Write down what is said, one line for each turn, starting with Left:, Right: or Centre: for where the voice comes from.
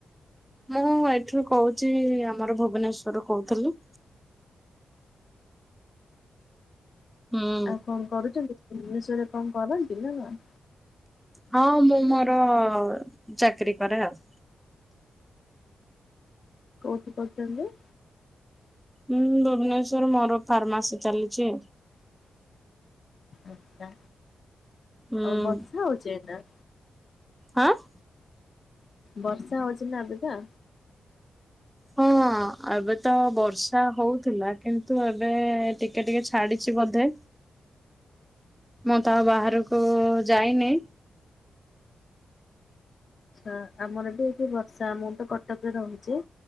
Centre: ମୁଁ ଏଇଠୁ କହୁଛି ଆମର ଭୁବନେଶ୍ୱରରୁୁ କହୁଥିଲୁ। ହୁଁ
Left: ଆଉ କଣ କରୁଛନ୍ତି ଭୁବନେଶ୍ଵରେ କଣ କରନ୍ତି ନା କଣ?
Centre: ହଁ ମୁଁ ମୋର ଚାକିରୀ କରେ ଆଉ।
Left: କୋଉଠି କରୁଛନ୍ତି?
Centre: ମୁଁ ଭୁବନେଶ୍ବର ମୋର ଫାର୍ମାସିୀ ଚାଲିଛି।
Left: ଆଛା
Centre: ହୁଁ
Left: ଆଉ ବର୍ଷା ହଉଚି ଏଇନା।
Centre: ହାଁନ
Left: ବର୍ଷା ହଉଛି ନା ଏବେ ତ।
Centre: ହଁ। ହଁ ଏବେ ତ ବର୍ଷା ହଉଥିଲା କିନ୍ତୁ ଏବେ ଟିକେ ଟିକେ ଛାଡିଛି ବୋଧେ। ମୁଁ ତ ଆଉ ବାହାରକୁ ଯାଇନି।
Left: ଆଛା ଆମର ବି ଏଠି ବର୍ଷା ମୁ ତ କଟକରେ ରହୁଛି।